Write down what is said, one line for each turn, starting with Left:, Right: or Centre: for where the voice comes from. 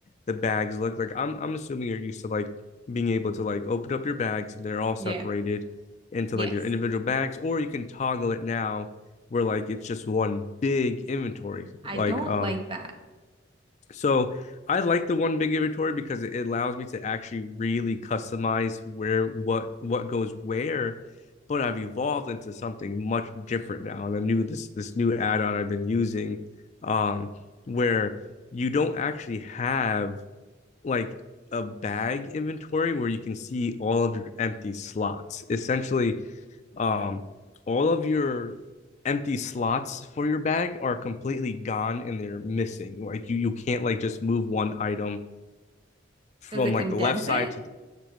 Left: the bags look. Like I'm I'm assuming you're used to like being able to like open up your bags and they're all separated
Right: Yeah.
Left: into
Right: Yes.
Left: like their individual bags, or you can toggle it now where like it's just one big inventory. Like
Right: I don't
Left: um
Right: like that.
Left: so I like the one big inventory because it allows me to actually really customize where what what goes where. But I've evolved into something much different now, and I knew this this new add-on I've been using, um, where you don't actually have like a bag inventory where you can see all of your empty slots. Essentially, um, all of your empty slots for your bag are completely gone and they're missing. Like you, you can't like just move one item from
Right: Does it
Left: like
Right: condense
Left: the left side
Right: it?
Left: to the